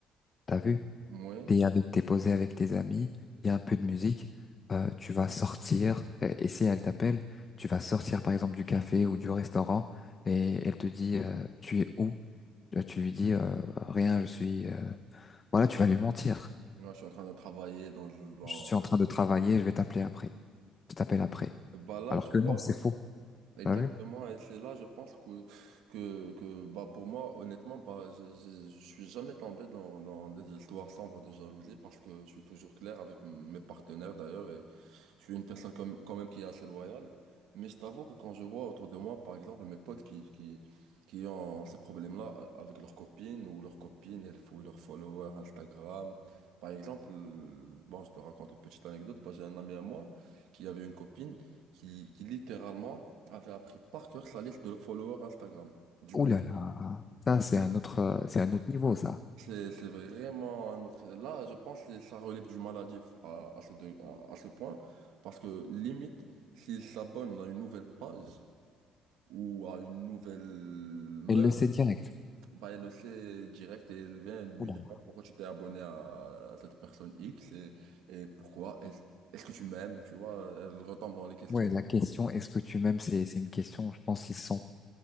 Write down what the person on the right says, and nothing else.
Ouais,
moi je suis en train de travailler dans, dans...
Bah là,
tu
vois,
exactement,
et c'est là, je pense que, que, que bah, pour moi, honnêtement, bah, je, je, je suis jamais tombé dans, dans des histoires sombres de jalousie parce que je suis toujours clair avec mes partenaires d'ailleurs Je suis une personne comme- quand même qui est assez loyale, mais je t'avoue que quand je vois autour de moi, par exemple, mes potes qui, qui, qui ont ce problème-là euh, avec leurs copines ou leurs copines, elles fouillent leurs followers Instagram. Par exemple, euh, bon, je te raconte une petite anecdote. Bah, j'ai un ami à moi qui avait une copine qui, qui littéralement avait appris par cœur sa liste de followers Instagram. Du
coup,
du coup,
c'est, c'est vraiment un autre... Là, je pense que ça relève du maladif à, à ce, de- à, à ce point, parce que limite, s'il s'abonne à une nouvelle page ou à une nouvelle meuf,
bah, elle le sait direct et elle vient elle lui
demander
pourquoi tu t'es abonné à, cette personne X et, et pourquoi est-ce est-ce que tu m'aimes, tu vois, elle retombe dans les questions.